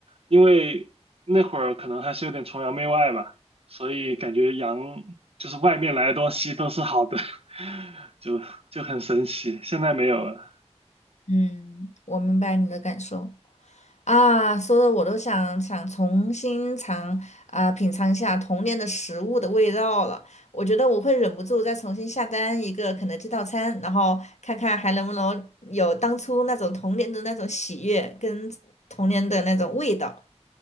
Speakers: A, on the right; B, on the left.
A: 因为那会儿可能还是有点崇洋媚外吧，所以感觉洋就是外面来的东西都是好的，<laughs> 就就很神奇。现在没有了。
B: 嗯，我明白你的感受。啊，说的我都想想重新尝啊、品尝一下童年的食物的味道了。我觉得我会忍不住再重新下单一个肯德基套餐，然后看看还能不能有当初那种童年的那种喜悦跟童年的那种味道。